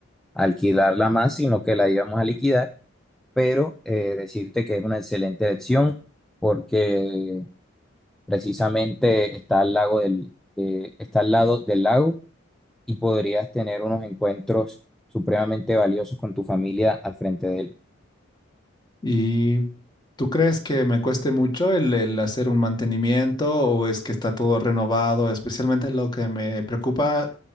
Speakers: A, in the centre; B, on the left.
A: alquilarla más, sino que la íbamos a liquidar, pero eh, decirte que es una excelente elección porque Precisamente está al lago del, de- está al lado del lago y podrías tener unos encuentros supremamente valiosos con tu familia al frente de él.
B: ¿Y tú crees que me cueste mucho el, el hacer un mantenimiento o es que está todo renovado? Especialmente lo que me preocupa